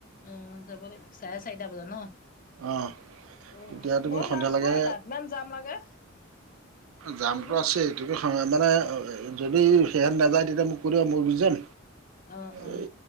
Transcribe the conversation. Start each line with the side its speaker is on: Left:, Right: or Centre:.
Left: আহ যাব লাগিব চাৰে চাৰিটা বজাত ন।
Right: অঁ
Left: উ
Right: তেতিয়া তুমি
Left: মই
Right: সন্ধিয়ালৈকে
Left: যাম হ দত ম যাম লাগে।
Right: জামটো
Left: বহুত
Right: আছে এই মানে যদি সেহত নাযায় তেতিয়া মোক কৈদিবা মই গুছি যাম।
Left: অ', অ',
Right: এই